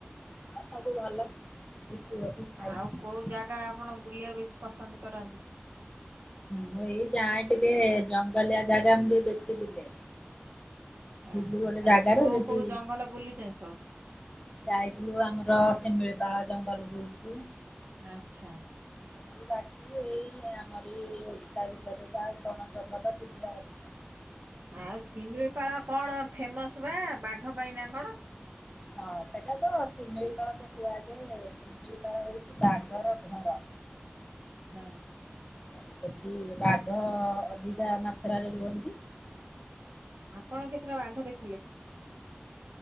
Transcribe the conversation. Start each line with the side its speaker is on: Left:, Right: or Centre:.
Left: ହଁ ସବୁ ଭଲ। <inaudible>
Right: ଆଉ
Left: ଶୋଇଛି।
Right: କୋଉ ଜାଗା ଆପଣ ବୁଲିବାକୁ ବେଶୀ ପସନ୍ଦ କରନ୍ତି?
Left: ମୁଁ ଏଇ ଯାଏ ଟିକେ ଜଙ୍ଗଲିଆ ଜାଗା ମୁଁ ବି ବେଶୀ ବୁଲେ।
Right: ଆ
Left: ଥିଲୁ ଗୋଟେ
Right: ଆଉ
Left: ଜାଗାରେ
Right: କୋଉ
Left: ସେଠି
Right: କୋଉ ଜଙ୍ଗଲ ବୁଲିଛନ୍ତି ସବୁ
Left: ଯାଇଥିଲୁ ଆମର ଶିମିଳିପାଳ ଜଙ୍ଗଲ ବୁଲିଚୁ।
Right: ଆଚ୍ଛା।
Left: ଆଉ ବାକି ଏଇ ଆମର ଏଇ ଓଡ଼ିଶା ଭିତରେ ଯାହା ଜଣ ଜମତ ବୁଲିବା କଥା।
Right: ଆଉ ଶିମିଳିପାଳ କଣ ଫେମସ ବା ବାଘ ପାଇଁ ନା କଣ?
Left: ହଁ ସେଟା ତ ଶିମିଳିପାଳ ତ କୁହାଯାଏ। ଶିମିଳିପାଳ ହେଉଛି ବାଘର ଘର।
Right: ହଁ।
Left: ଆଉ ସେଠି ବାଘ ଅଧିକା ମାତ୍ରାରେ ରୁହନ୍ତି।
Right: ଆପଣ କେତେଟା ବାଘ ଦେଖିଲେ?